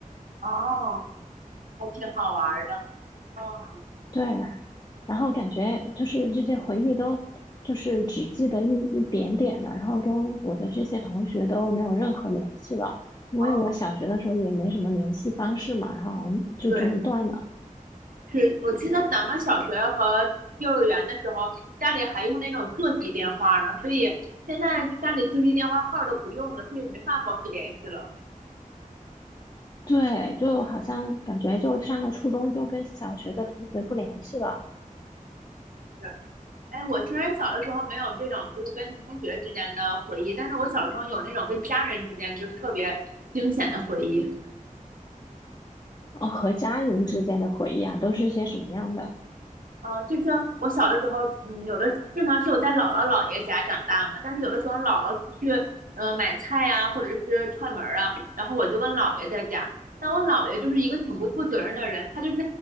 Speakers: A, on the right; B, on the left.
A: 哦，还挺好玩儿的。哦
B: 对，然后感觉就是这些回忆都就是只记得一一点点了，然后跟我的这些同学都没有任何联系了，因为我小学的时候也没什么联系方式嘛，
A: 哦，
B: 然后好像就这么断了。
A: 对，是我记得咱们小学和幼儿园的时候，家里还用那种座机电话呢，所以现在家里座机电话号儿都不用了，所以没法保持联系了。
B: 对，就好像感觉就上了初中就跟小学的同学不联系了。
A: 是，哎，我虽然小的时候没有这种就是跟同学之间的回忆，但是我小的时候有那种跟家人之间就是特别惊险的回忆。
B: 哦，和家人之间的回忆啊，都是些什么样的
A: 呃，就是我小的时候，嗯，有的正常是我在姥姥姥爷家长大嘛，但是有的时候姥姥出去，嗯、买菜呀、或者是串门儿啊，然后我就跟姥爷在家。但我姥爷就是一个挺不负责任的人，他就是